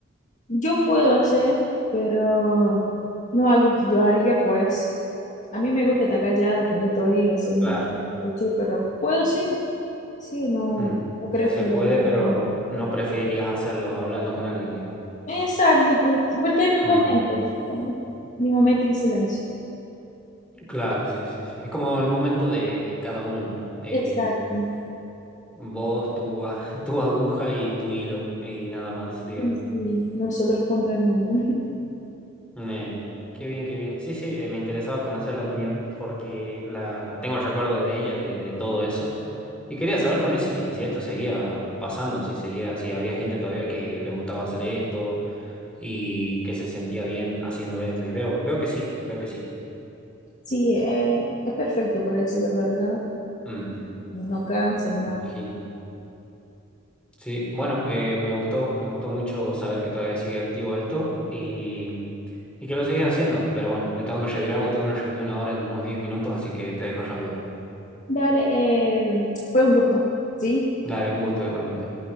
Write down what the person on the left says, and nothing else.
Yo puedo hacer, pero no algo que yo haría, pues. A mí me gusta estar callada cuando estoy haciendo
crochet, pero puedo sí. Sí, no,
no creo
que
haría
algo malo.
Exacto, porque, porque hay mi momento,
como mi momento de silencio.
Exacto.
Sí, sí, nosotros contra el mundo. <laughs>
Sí, eh, es perfecto para eso, la verdad.
No cansa ni nada.
Dale, eh, fue un gusto. ¿Sí?